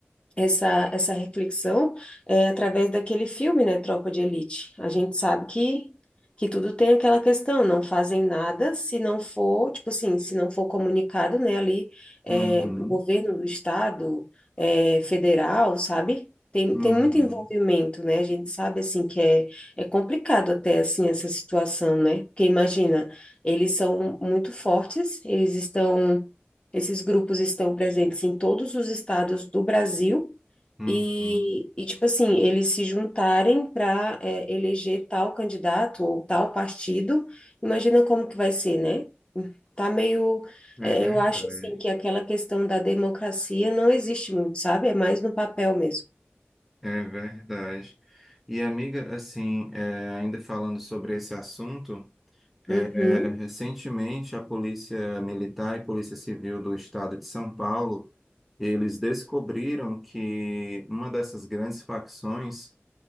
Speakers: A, on the left (about 25°); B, in the centre.
A: essa, essa reflexão é, através daquele filme, né, Tropa de Elite. A gente sabe que, que tudo tem aquela questão, não fazem nada se não for, tipo assim, se não for comunicado, né, ali, é,
B: Uhum,
A: o governo do estado, é, federal, sabe? Tem,
B: uhum,
A: tem muito envolvimento, né? A gente sabe, assim, que é, é complicado até, assim, essa situação, né? Porque imagina, eles são muito fortes, eles estão esses grupos estão presentes em todos os estados do Brasil
B: uhum.
A: e, e tipo assim, eles se juntarem para eleger tal candidato ou tal partido. Imagina como que vai ser, né? Tá meio,
B: É
A: é,
B: verdade,
A: eu acho assim que aquela questão da democracia não existe muito, sabe? É mais no papel mesmo.
B: é verdade. E amiga, assim, é, ainda falando sobre esse assunto,
A: Uhum.
B: é, recentemente a Polícia Militar e Polícia Civil do Estado de São Paulo, eles descobriram que uma dessas grandes facções